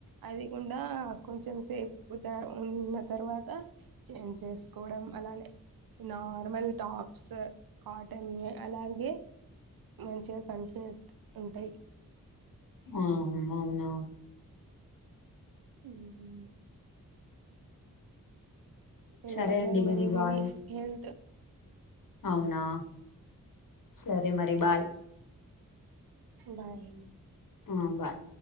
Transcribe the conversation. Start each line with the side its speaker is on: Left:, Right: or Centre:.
Right: అది కూడా కొంచెం సేపు దా ఉన్న తర్వాత చేంజ్ చేసుకోవడం అలానే నార్మల్ టాప్స్ కాటన్యే అలాగే మంచిగా కంఫర్ట్ ఉంటయి.
Left: ఆ అమ్ అవునా
Right: ఉహుమ్ ఎలా
Left: సరే
Right: ఉన్నారు
Left: అండి
Right: మరి
Left: బాయ్
Right: మరి హెల్త్
Left: అవునా సరే మరి బాయ్
Right: బాయ్
Left: ఆ బాయ్